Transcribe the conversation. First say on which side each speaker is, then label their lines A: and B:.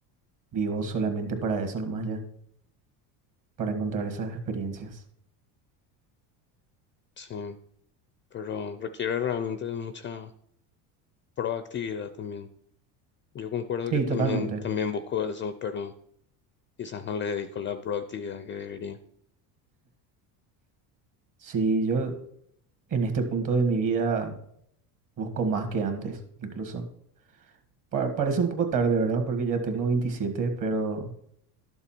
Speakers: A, on the right; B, on the left.
A: Vivo solamente para eso nomás ya, para encontrar esas experiencias.
B: Sí, pero requiere realmente de mucha proactividad también. Yo concuerdo
A: Sí,
B: que también,
A: totalmente.
B: también busco eso, pero quizás no le dedico la proactividad que debería.
A: Sí, yo en este punto de mi vida busco más que antes, incluso. Pa- parece un poco tarde, ¿verdad? Porque ya tengo 27, pero